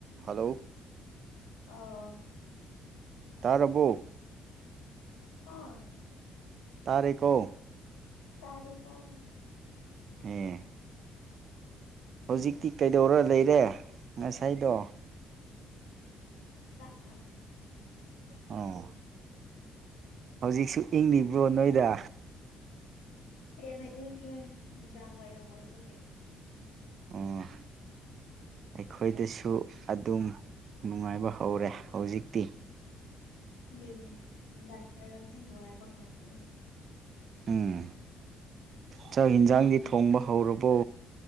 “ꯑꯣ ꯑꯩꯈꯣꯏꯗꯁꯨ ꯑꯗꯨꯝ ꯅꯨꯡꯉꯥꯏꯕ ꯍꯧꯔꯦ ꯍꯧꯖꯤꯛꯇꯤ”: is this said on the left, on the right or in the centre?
Right